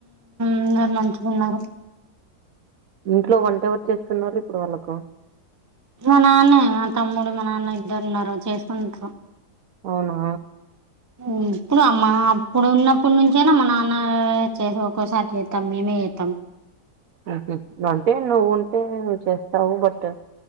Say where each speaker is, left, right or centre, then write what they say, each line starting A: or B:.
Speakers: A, on the right; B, on the right.
A: అందారు మంచుకున్నారు
B: ఇంట్లో వంట ఎవర్ చేస్తున్నారు ఇప్పుడు వాళ్ళకు
A: మా నాన్న మా తమ్ముడు మా నాన్న ఇద్దరు ఉన్నారు చేసుకుంటారు
B: అవునా
A: ఉ ఇప్పుడు అమ్మా అప్పుడు ఉన్నప్పుడు నుంచేనా మా నాన్న చేసి ఒక్కసారి చేస్తాం మేమే చెత్తం
B: ఉహు అంటే నువ్వు ఉంటే నువ్వు చేస్తావు బట్